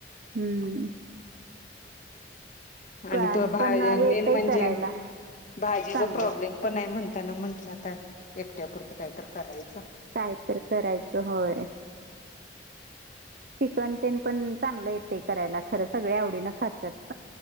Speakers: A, on the right (about 55°); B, on the left (about 45°).
A: हम्म.
B: आणि
A: पण
B: तो भाज्या
A: पण येतंय
B: मेन म्हणजे,
A: करायला
B: भाजीचा
A: चांगलं
B: प्रॉब्लेम पण आहे म्हणताना म्हंटलं आता एकट्यापुरतं काय तर करायचं?
A: काय तर करायचं होय. चिकन तेन पण चांगलं येते करायला खरं सगळे आवडीनं खातात.